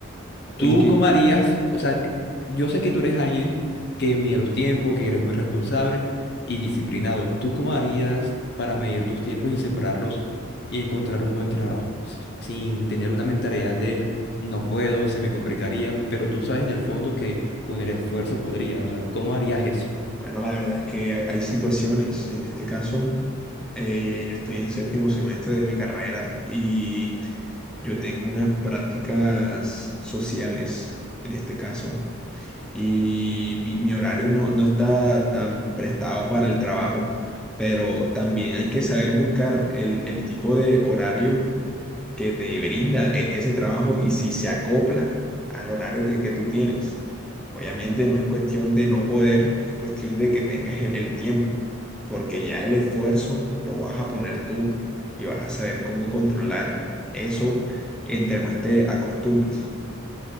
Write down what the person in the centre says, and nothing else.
Es
que
Bueno, la verdad es que hay, hay situaciones. En este caso, eh, yo estoy en séptimo semestre de mi carrera y yo tengo unas prácticas sociales, en este caso, y mi, mi horario no, no está tan prestado para el trabajo, pero también hay que saber buscar el, el tipo de horario que te brinda e- ese trabajo y si se acopla al horario que, que tú tienes. Obviamente no es cuestión de no poder, es cuestión de que tengas el, el tiempo, porque ya el esfuerzo lo vas a poner tú y vas a saber cómo controlar eso entre más te acostumbres,